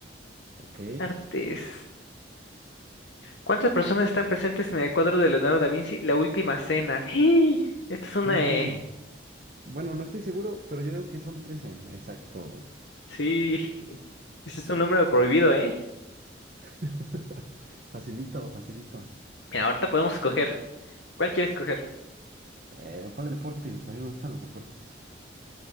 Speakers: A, on the right (about 45°); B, on the left (about 70°).
A: Ok,
B: Artes. ¿Cuántas personas están presentes en el cuadro de Leonardo da Vinci? La última cena. <gasps> ¡Ih! Esta es una...
A: son trece
B: eh,
A: Bueno, no estoy seguro, pero yo digo que son 13 exacto.
B: Sí, <laughs> ese es un número prohibido, ¿eh?
A: <laughs> Facilito, facilito.
B: Mira, ahorita podemos escoger. ¿Cuál quieres escoger?
A: Eh, ponle deportes, a mí me gustan los deportes.